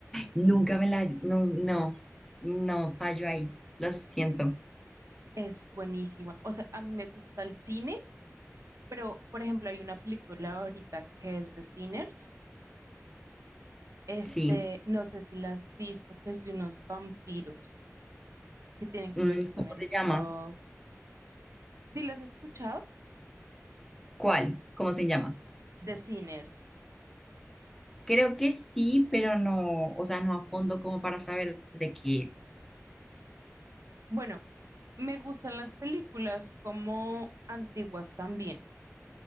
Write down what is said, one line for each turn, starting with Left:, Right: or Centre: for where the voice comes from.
Centre: Nunca me las, no, no, no, fallo ahí, lo siento,
Right: es buenísima. O sea, a mí me gusta el cine, pero, por ejemplo, hay una película ahorita que es de Sinners. Este,
Centre: sí.
Right: no sé si la has visto, que es de unos vampiros. que tienen que
Centre: Mm,
Right: ver
Centre: ¿Cómo
Right: con el
Centre: se
Right: soft.
Centre: llama?
Right: ¿Sí las has escuchado?
Centre: ¿Cuál? ¿Cómo se llama?
Right: The Sinners.
Centre: Creo que sí, pero no, o sea, no a fondo como para saber de qué es.
Right: Bueno, me gustan las películas como antiguas también,